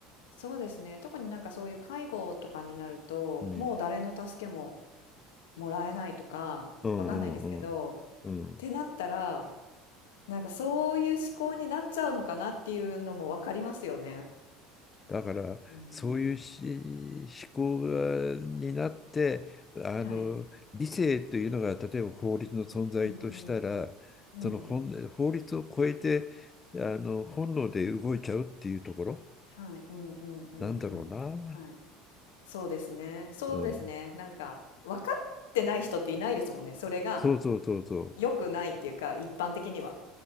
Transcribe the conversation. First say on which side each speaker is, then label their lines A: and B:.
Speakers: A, on the left; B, on the left.
A: そうですね。特になんかそういう介護とかになると、
B: うん、
A: もう誰の助けももらえないとか、
B: うん、
A: わかんないですけど、
B: うん、うん。
A: っ
B: うん
A: てなったらなんかそういう思考になっちゃうのかなっていうのもわかりますよね。
B: だからそういうし思考がになってあの理性というのが例えば法律の存在としたらその本法律を超えてあの本能で動いちゃうっていうところ
A: うん、はい。うんうん。うん。はい。うんうんうんうん。
B: なんだろうな、
A: はい。そうですね。そうですね。
B: うん、
A: なんか、分かってない人っていないですもんね。それが
B: そうそうそうそ
A: 良くないっていうか、一般的には。